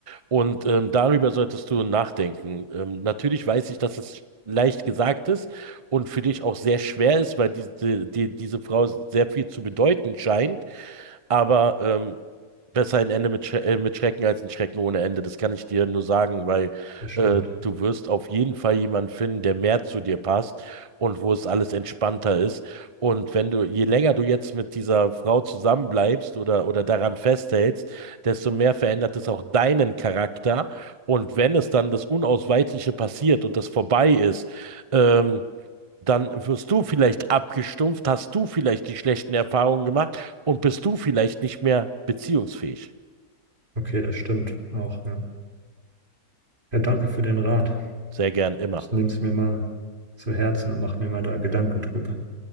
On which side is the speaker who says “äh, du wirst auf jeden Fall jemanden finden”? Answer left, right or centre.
Right